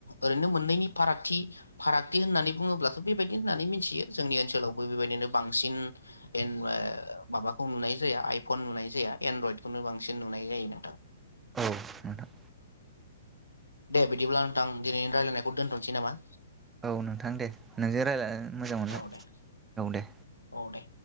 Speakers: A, on the left (about 85°); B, on the right (about 15°).
A: ओरैनो मोननैनि फारागथि फारागथि होननानै बुङोब्लाथ' बेबायदि होननानै मिथियो जोंनि ओनसोलावबो बेबायदिनो बांसिन एन-माबाखौ नुनाय जाया आइफन नुनाय जाया एनड्रयडखौनो बांसिन नुनाय जायो नोंथां।
B: औ नोंथां।
A: दे बिदिब्ला नोंथां दिनैनि रायलायनायखौ दोन्थ'नोसै नामा?
B: औ नोंथां दे नोंजों रायज्लायना मोजां मोनदों
A: औ दे
B: औ दे।
A: औ दे।